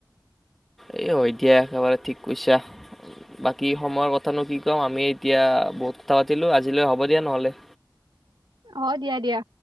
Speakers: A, in the centre; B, on the right.
A: এ হৈ দিয়া একেবাৰে ঠিক কৈছা। বাকী সময়ৰ কথানো কি কম আমি এতিয়া বহুত কথা পাতিলো আজিলৈ হ'ব দিয়া নহলে।
B: অ দিয়া দিয়া।